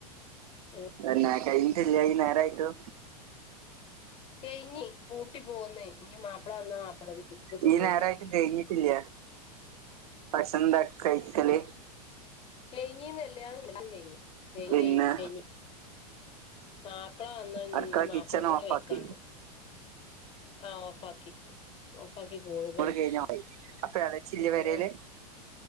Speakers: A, on the left; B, on the right.
A: ഉം
B: എന്നാ കഴിഞ്ഞിട്ടില്ലേ ഈ നേരായിട്ടു
A: കൈനി പൂട്ടി പോന്ന് ഇനി മാപ്പിള വന്നാ <unintelligible> തിന്നും
B: ഈ നേരായിട്ട് കഴിഞ്ഞിട്ടില്ല പക്ഷെന്താ കഴിക്കല്
A: കഴിഞ്ഞിനല <unintelligible>
B: പിന്നെ
A: മാപ്പിള വന്നാ ഇനി
B: അടുക്കള
A: മാപ്പിള
B: കിച്ചൺ
A: കൂടെ
B: ഓഫാക്കി
A: വെയിക്കാനിണ്ട് ആ ഓഫാക്കി ഓഫ് അപ്പാക്കി പോക
B: ഇങ്ങോട്ട് കഴിഞ്ഞ പോയി അപ്പൊ ഇളച്ചില്ല
A: മ്മ്
B: വരയില്